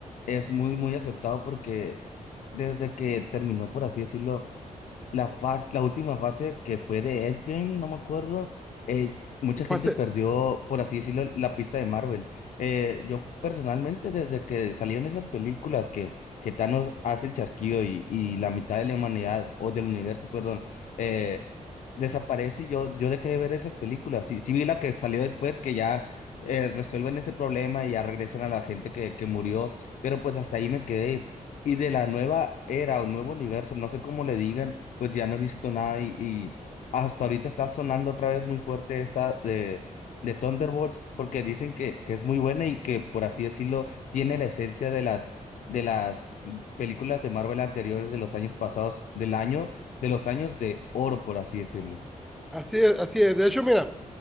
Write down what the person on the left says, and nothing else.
es muy, muy acertado porque desde que terminó, por así decirlo. La fase, la última fase que fue de Endgame, no me acuerdo, eh, mucha
gente
perdió, por así decirlo, la pista de Marvel. Eh, yo personalmente, desde que salieron esas películas que, que Thanos hace el chasquido y, y la mitad de la humanidad, o del universo, perdón, eh, desaparece y yo, yo dejé de ver esas películas. Sí, sí vi la que salió después, que ya eh, resuelven ese problema y ya regresan a la gente que, que murió, pero pues hasta ahí me quedé. Y de la nueva era o nuevo universo, no sé cómo le digan pues ya no he visto nada y, y hasta ahorita está sonando otra vez muy fuerte esta de, de Thunderbolts porque dicen que, que es muy buena y que por así decirlo tiene la esencia de las de las películas de Marvel anteriores de los años pasados, del año, de los años de oro, por así decirlo.